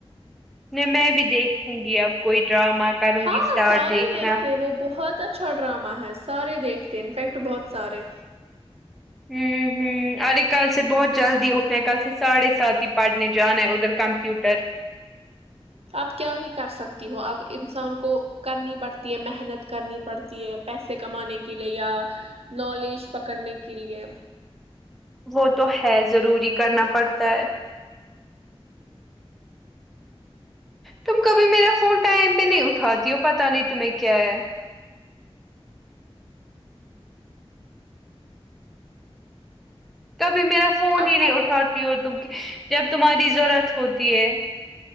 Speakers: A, in the centre; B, on the right.
A: نہیں میں بھی دیکھوں گی اب کوئی ڈرامہ کروں
B: ہاں
A: گی اسٹارٹ
B: سارے
A: دیکھنا
B: دیکھتے وہ بہت بہت اچھا ڈرامہ ہے سارے دیکھتے انفیکٹ بہت سارے
A: ہوں ہوں ارے کل سے بہت جلدی اٹھنا ہے کل سے ساڑھے سات ہی پڑھنے جانا ہے ادھر کمپیوٹر
B: اب کیا ہی کر سکتی ہو اب انسان کو کرنی پڑتا محنت کرنی پڑتی ہے پیسے کمانے کے لیے یا نالج پکڑنے کے لیے
A: وہ تو ہے ضروری کرنا پڑتا ہے تم کبھی میرا فون ٹائم پہ نہیں اٹھاتی ہو پتا نہیں تمہیں کیا ہے کبھی میرا فون
B: آپ
A: ہی نہیں
B: وہ
A: اٹھاتی ہو تم کی جب تمہاری ضرورت ہوتی ہے